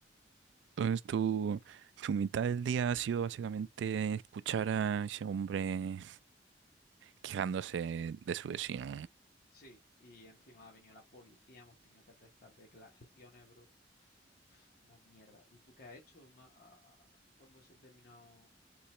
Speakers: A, on the right; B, on the left.
A: Entonces tu, tu mitad del día ha sido básicamente escuchar a ese hombre quejándose de su vecino.
B: Sí, y encima ha venido la policía, hemos tenido que prestar declaraciones, bro. Uf, Una mierda. ¿Y tú qué has hecho ma- a- a- cuando se ha terminado